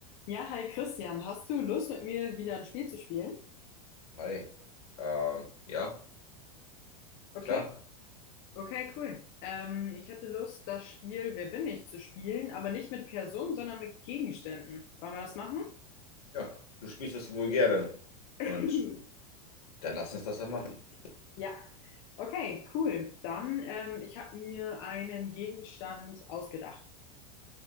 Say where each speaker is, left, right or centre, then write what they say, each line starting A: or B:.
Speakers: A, on the left (about 55°); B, on the left (about 85°).
A: Ja, hi Christian, hast du Lust mit mir wieder ein Spiel zu spielen?
B: Hi. Ähm, ja,
A: Okay,
B: klar.
A: okay, cool. Ähm, ich hätte Lust, das Spiel Wer bin ich zu spielen, aber nicht mit Personen, sondern mit Gegenständen. Wollen wir das machen?
B: Ja, du spielst es wohl gerne.
A: <clears throat>
B: Und dann lass uns das doch machen.
A: Ja, okay, cool. Dann, ähm, ich habe mir einen Gegenstand ausgedacht.